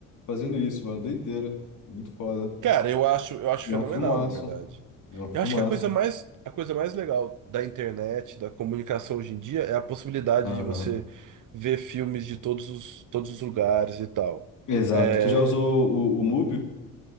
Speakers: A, on the left; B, on the right.
A: fazendo isso, mano. Doideira. Muito foda.
B: Cara, eu acho, eu acho
A: E
B: fenomenal,
A: é um filmaço.
B: na verdade.
A: E é um filmaço.
B: Eu acho que a coisa mais, a coisa mais legal da internet, da comunicação hoje em dia, é a possibilidade
A: Aham.
B: de você ver filmes de todos os, todos os lugares e tal.
A: Exato.
B: É,
A: Tu já usou o, o Mubi?